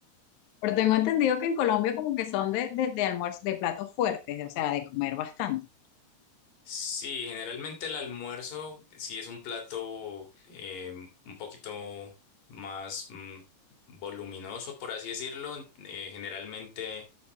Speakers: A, on the left; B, on the left.
A: Pero tengo entendido que en Colombia como que son de, de, de almuerzo, de platos fuertes, o sea, de comer bastante,
B: Sí, generalmente el almuerzo sí es un plato eh, un poquito más mm, voluminoso, por así decirlo. Eh, generalmente